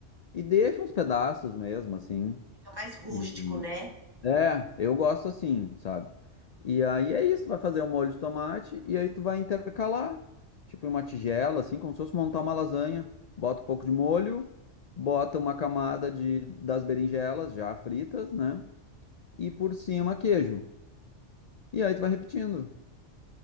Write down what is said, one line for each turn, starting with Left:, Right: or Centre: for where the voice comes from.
Left: e deixo uns pedaços mesmo, assim.
Right: Fica mais rústico,
Left: E
Right: né?
Left: é, eu gosto assim, sabe? E aí é isso, tu vai fazer um molho de tomate e aí tu vai intercalar, tipo em uma tigela, assim, como se fosse montar uma lasanha. Bota um pouco de molho, bota uma camada de, das berinjelas já fritas, né? E por cima queijo. E aí tu vai repetindo.